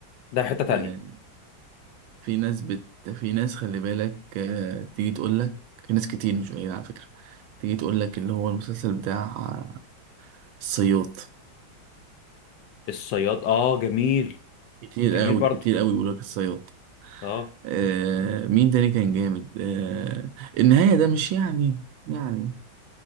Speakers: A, on the left; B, on the right.
A: ده حتة تانية
B: آه، في ناس بت في ناس خلي بالك آه، تيجي تقول لك في ناس كتير مش قليلة على فكرة تيجي تقول لك اللي هو المسلسل بتاع آه، الصياد
A: الصياد اه جميل
B: كتير
A: جميل
B: قوي
A: برضو
B: كتير قوي بيقول لك الصياد
A: اه
B: آه مين تاني كان جامد آه النهاية ده مش يعني يعني